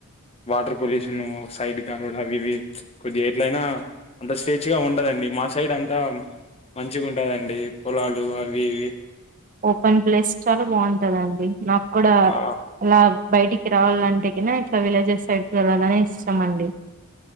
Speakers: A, on the left; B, on the right.
A: water pollution side కాలులు అవి ఇవి కొద్దిగా ఎట్లయినా అంత స్వేచ్ఛగా ఉంటదండి మా సైడ్ అంతా మంచిగా ఉంటదండి పొలాలు అవి వి వి
B: ఓపెన్ ప్లేస్ చాలా బాగుంటదండి నాకు కూడా
A: ఆ
B: అలగ్ బయటికి రావాలంటే కనా ఇట్లా విలేజెస్ సైడ్కి వెళ్ళాలని ఇష్టామండి